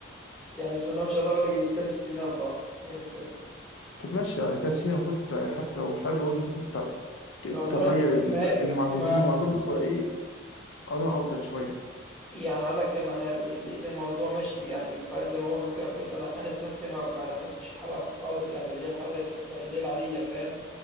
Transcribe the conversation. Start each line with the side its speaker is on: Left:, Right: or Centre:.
Centre: يعني بسم الله ما شاء الله بقالي تلات سنين أربعة حاجة زي كده
Left: طب ماشي يعني ثلاث سنين المفروض يعني حتى لو حلو برضه انت المفروض ت-
Centre: والله
Left: تغير ال-
Centre: ما
Left: المعجونين
Centre: ما
Left: المعجون بيبقى ايه قرن افضل شويه
Centre: يعني هاقول لك كام أنا ل لقيت الموضوع ماشي يعني فعلًا زي ما هو بيقول كده كويس، أنا أنا ذات نفسي ما ما لاحظتش الحرارة خالص، يعني اللي هي الحرارة اللي تحت اللي هي العادية فاهم،